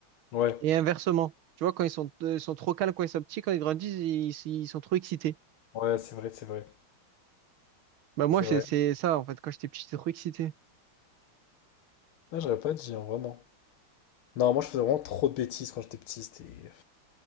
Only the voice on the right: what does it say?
Et inversement. Tu vois, quand ils sont, euh, ils sont trop calmes, quand ils sont petits, quand ils grandissent, ils ils sont trop excités.
Bah moi
c'est
c'est ça en fait quand j'étais petit j'étais trop excité.